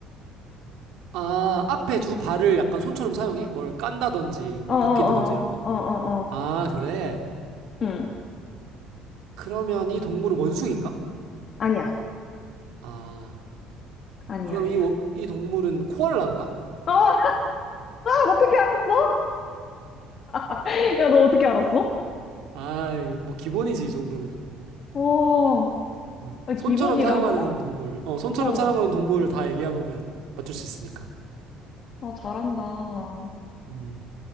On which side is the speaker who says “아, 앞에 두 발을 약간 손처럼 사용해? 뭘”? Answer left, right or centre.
Right